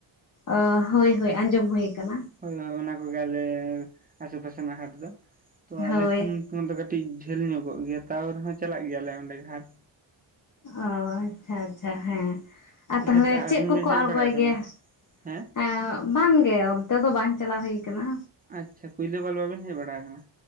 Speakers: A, on the left (about 40°); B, on the right (about 20°).
A: ᱚᱻ ᱦᱳᱭ ᱦᱳᱭ ᱟᱸᱡᱚᱢ ᱦᱩᱭ ᱠᱟᱱᱟ।
B: ᱦᱳᱭ ᱦᱳᱭ ᱚᱱᱟ ᱠᱚᱜᱮ ᱟᱞᱮ ᱟᱥᱮ ᱯᱟᱥᱮ ᱨᱮᱱᱟᱜ ᱦᱟᱴ ᱫᱚ᱾ ᱛᱚ ᱟᱞᱮ
A: ᱦᱳᱭ
B: ᱠᱷᱟᱱ ᱼᱼ ᱠᱷᱚᱱ ᱫᱚ ᱠᱟᱹᱴᱤᱡ ᱡᱷᱟᱹᱞ ᱧᱚᱜᱚᱜ ᱜᱮᱭᱟ ᱛᱟᱣ ᱨᱮᱦᱚᱸ ᱪᱟᱞᱟᱜ ᱜᱮᱭᱟᱞᱮ ᱚᱸᱰᱮ ᱜᱷᱟᱴ।
A: ᱚ ᱟᱪᱪᱷᱟ ᱟᱪᱪᱷᱟ ᱦᱮᱸ। ᱟᱨ ᱛᱟᱦᱟᱞᱮ
B: ᱦᱮᱡ
A: ᱪᱮᱫ
B: ᱟᱹᱵᱤᱱ
A: ᱠᱚᱠᱚ
B: ᱵᱤᱱ ᱦᱮᱡ
A: ᱟᱬᱜᱚᱭ
B: ᱵᱟᱲᱟ ᱟᱠᱟᱱᱟ
A: ᱜᱮᱭᱟ?
B: ᱦᱮᱸ
A: ᱮᱸᱻ ᱵᱟᱝ ᱜᱮ ᱚᱱᱛᱮ ᱫᱚ ᱵᱟᱝ ᱪᱟᱞᱟᱣ ᱦᱩᱭ ᱠᱟᱱᱟ।
B: ᱟᱪᱪᱷᱟ ᱠᱩᱭᱞᱟᱹ ᱵᱟᱞ ᱵᱟᱵᱤᱱ ᱦᱮᱡ ᱵᱟᱲᱟ ᱠᱟᱱᱟ?